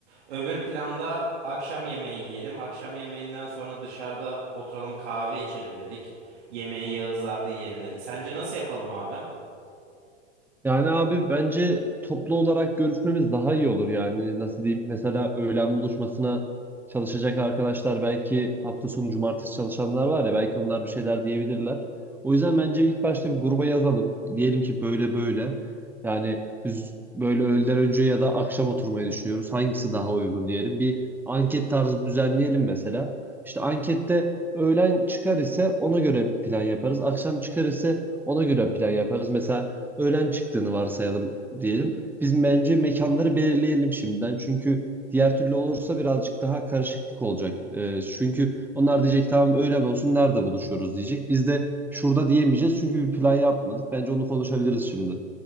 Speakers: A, on the right; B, in the centre.
A: Öbür planda akşam yemeği yiyelim. Akşam yemeğinden sonra dışarıda oturalım kahve içelim dedik. Yemeği Yağızlar'da yiyelim dedik. Sence nasıl yapalım abi?
B: Yani abi bence toplu olarak görüşmemiz daha iyi olur yani nasıl diyeyim mesela öğlen buluşmasına çalışacak arkadaşlar belki hafta sonu cumartesi çalışanlar var ya belki onlar bir şeyler diyebilirler. O yüzden bence ilk başta bir gruba yazalım. Diyelim ki böyle böyle yani biz böyle öğleden önce ya da akşam oturmayı düşünüyoruz. Hangisi daha uygun diyelim. Bir anket tarzı düzenleyelim mesela. İşte ankette öğlen çıkar ise ona göre plan yaparız. Akşam çıkar ise ona göre plan yaparız. Mesela öğlen çıktığını varsayalım diyelim. Biz bence mekanları belirleyelim şimdiden. Çünkü diğer türlü olursa birazcık daha karışıklık olacak. Ee, çünkü onlar diyecek tamam öğlen olsun nerede buluşuyoruz diyecek. Biz de şurada diyemeyeceğiz çünkü bir plan yapmadık. Bence onu konuşabiliriz şimdi.